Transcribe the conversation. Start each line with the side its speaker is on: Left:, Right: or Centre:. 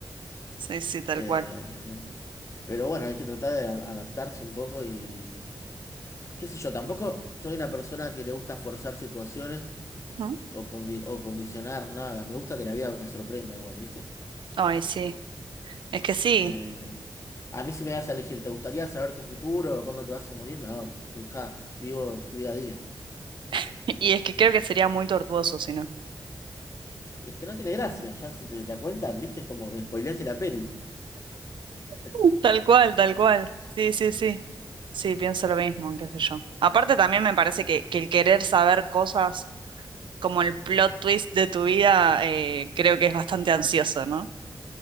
Right: sí, sí, tal
Left: Eh,
Right: cual.
Left: pero bueno, hay que tratar de a- adaptarse un poco y... qué sé yo, tampoco soy una persona que le gusta forzar situaciones
Right: Ujú.
Left: o, condi- o condicionar nada. Me gusta que la vida me sorprenda igual, ¿viste?
Right: Ay, sí. Es que sí.
Left: Eh, a mí si me das a elegir, ¿te gustaría saber tu futuro? ¿Cuándo te vas a morir? No, te- ja, vivo día a día.
Right: <laughs> Y es que creo que sería muy tortuoso si no.
Left: Es que no tiene gracia, ya si te la cuentan, viste, es como me spoileaste la peli. <laughs>
Right: <laughs> Tal cual, tal cual. Sí, sí, sí. Sí, pienso lo mismo, qué sé yo. Aparte también me parece que, que el querer saber cosas como el plot twist de tu vida, eh, creo que es bastante ansioso, ¿no?